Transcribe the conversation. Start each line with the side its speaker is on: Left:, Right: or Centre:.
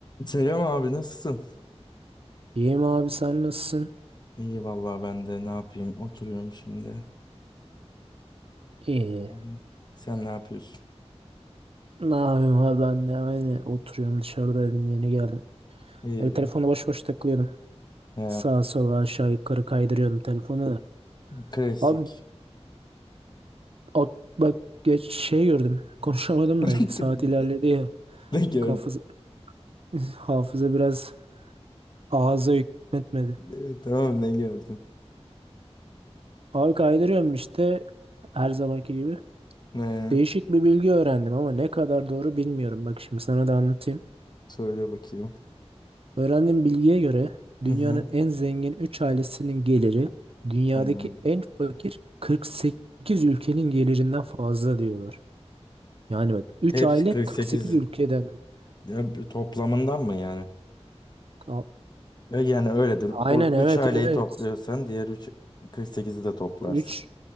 Left: Selam abi nasılsın?
Right: İyiyim abi sen nasılsın?
Left: İyi vallahi ben de ne yapayım oturuyorum şimdi.
Right: İyi.
Left: Hı. Sen ne yapıyorsun?
Right: Ne yapayım abi ben de aynı oturuyorum dışarıdaydım yeni geldim.
Left: İyi.
Right: Böyle telefona boş boş takılıyordum.
Left: He,
Right: Sağa sola aşağı yukarı kaydırıyordum telefonu da.
Left: klasik.
Right: Abi ak- bak geç şey gördüm <laughs> konuşamadım
Left: <laughs>
Right: da saat ilerledi ya.
Left: Ne gördüm?
Right: Kafız, <laughs> hafıza biraz ağza hükmetmedi.
Left: E, Tamam ne gördün?
Right: Abi kaydırıyorum işte her zamanki gibi.
Left: Ne?
Right: Değişik bir bilgi öğrendim ama ne kadar doğru bilmiyorum. Bak şimdi sana da anlatayım.
Left: Söyle bakayım.
Right: Öğrendiğim bilgiye göre dünyanın
Left: Hı hı,
Right: en zengin 3 ailesinin geliri dünyadaki
Left: tamam.
Right: en fakir 48 ülkenin gelirinden fazla diyorlar. Yani bak 3
Left: Hepsi
Right: aile
Left: 48.
Right: 48 ülkeden.
Left: Ya, bir Toplamından mı yani?
Right: A-
Left: E, Yani öyledir.
Right: Aynen
Left: O 3
Right: evet
Left: aileyi
Right: evet.
Left: topluyorsan diğer 3 48'i de toplarsın.
Right: 3